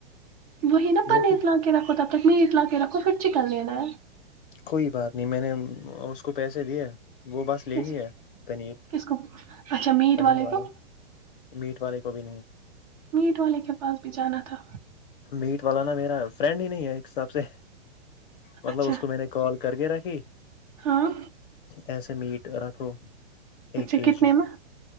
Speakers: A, on the right; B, on the left.
A: وہی نا پنیر
B: دو کی
A: لا کے رکھو تب تک می اٹ لا کے رکھو پھر چکن لینا ہے
B: کوئی بات نہیں میں نے اس کو پیسے دیے وہ بس لینی
A: کس
B: ہے پنیر
A: کس کو اچھا میٹ
B: پنیر والے
A: کو
B: میٹ والے کو بھی نہیں
A: میٹ والے کے پاس بھی جانا تھا
B: میٹ والا نا میرا فرینڈ ہی نہیں ہے ایک حساب سے مطلب
A: اچھا
B: اس کو میں نے کال کر گ راکی
A: ہاں
B: ایسے میٹ رکھو
A: اچھا
B: ایک کے
A: کتنے
B: جی
A: میں